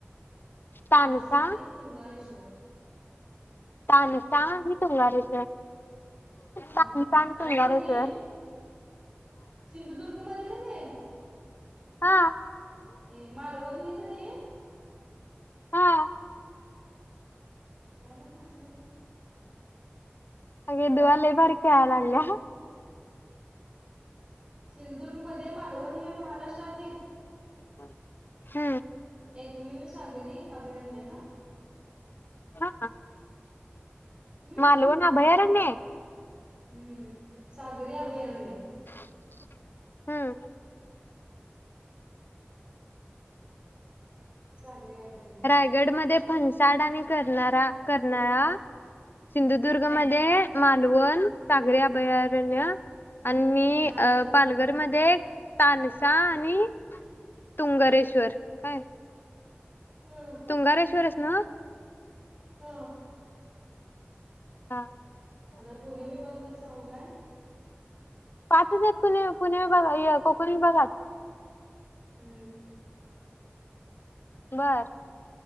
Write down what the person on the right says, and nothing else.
पनसा आणि तुंगारेश्वर.
हम्
आणि कनी सिंधुदुर्ग मध्ये कनी
ए मालवण हे कनी
काय व्हालंय हसायला तुला?
सिंधुदुर्गमध्ये मालवण हे महाराष्ट्रातील
एकमेव सागरी अभयारण्य हा.
हम्म
हम्म सागरी अभयारण्य हाय.
चाल तरी अभयारण्य
ह.
हम्म.
महाराष्ट्रातील
<inaudible>
हम्म,
हा.
आता पुणे विभाग मध्ये सांगू काय?
हम्म.